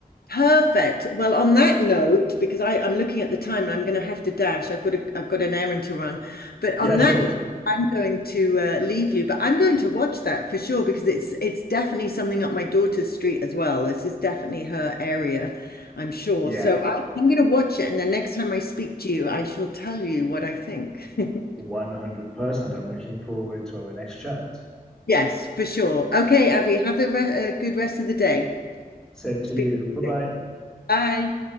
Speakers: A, on the left; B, in the centre.
A: Perfect. Well, on that note, because I, I'm looking at the time and I'm going to have to dash. I've got a, I've got an errand to run. But
B: Yeah,
A: on
B: sure.
A: that note, I'm going to uh, leave you. But I'm going to watch that for sure because it's it's definitely something up my daughter's street as well. This is definitely her area, I'm sure.
B: Yeah,
A: So I, I'm going to watch it, and the next time I speak to you, I shall tell you what I think. <laughs>
B: 100%. I'm looking forward to our next chat.
A: Yes, for sure. Okay, Avi, have a, re a good rest of the day.
B: Same to
A: Speak.
B: you.
A: to
B: Bye bye.
A: you soon. Bye.